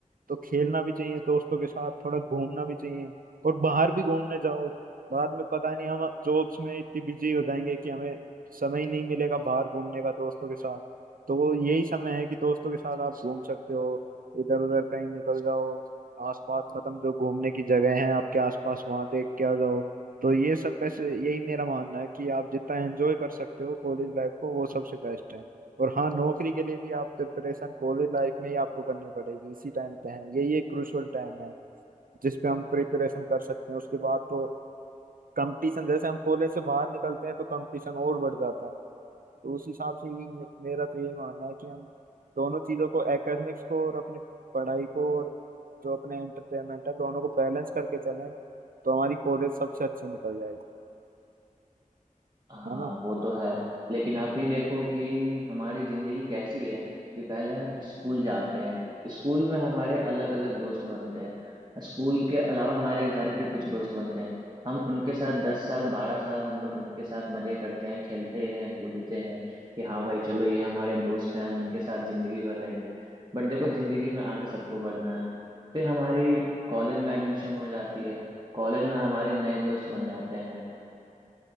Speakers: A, on the right (about 85°); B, on the right (about 30°).
A: तो खेलना भी चाहिए दोस्तों के साथ थोड़ा घूमना भी चाहिए और बाहर भी घूमने जाओ बाद में पता नहीं हम जॉब्स में इतनी बिजी हो जाएंगे कि हमें समय ही नहीं मिलेगा बाहर घूमने का दोस्तों के साथ तो वो यही समय है कि दोस्तों के साथ आप घूम सकते हो इधर उधर कहीं निकल जाओ आसपास मतलब जो घूमने की जगह है आपके आसपास वहां देख के आ जाओ तो ये सब वैसे यही मेरा मानना है कि आप जितना एंजॉय कर सकते हो कॉलेज लाइफ को वो सबसे बेस्ट है और हाँ नौकरी के लिए भी आप प्रिपरेशन कॉलेज लाइफ में ही आपको करनी पड़ेगी इसी टाइम पे है यही एक क्रूशियल टाइम है जिस पे हम प्रिपरेशन कर सकते हैं उसके बाद तो कंपटीशन जैसे हम कॉलेज से बाहर निकलते हैं तो कंपटीशन और बढ़ जाता है तो उस हिसाब से ही मे- मेरा तो यही मानना है कि हम दोनों चीज़ों को एकेडमिक्स को और अपनी पढ़ाई को और जो अपने एंटरटेनमेंट है दोनों को बैलेंस करके चलें तो हमारी कॉलेज सबसे अच्छी निकल जाएगी
B: हाँ
A: है ना
B: वो तो है लेकिन आप ही देखो कि हमारी जिंदगी कैसी है कि पहले हम स्कूल जाते हैं स्कूल में हमारे अलग अलग दोस्त बनते हैं स्कूल के अलावा हमारे घर के कुछ दोस्त बनते हैं हम उनके साथ दस साल बारह साल हम लोग उनके साथ मजे करते हैं खेलते हैं कूदते हैं कि हाँ भाई चलो ये हमारे दोस्त हैं हम इनके साथ जिंदगी भर रहेंगे बट देखो जिंदगी में आगे सबको बढ़ना है फिर हमारी कॉलेज में एडमिशन हो जाती है कॉलेज में हमारे नए दोस्त बन जाते हैं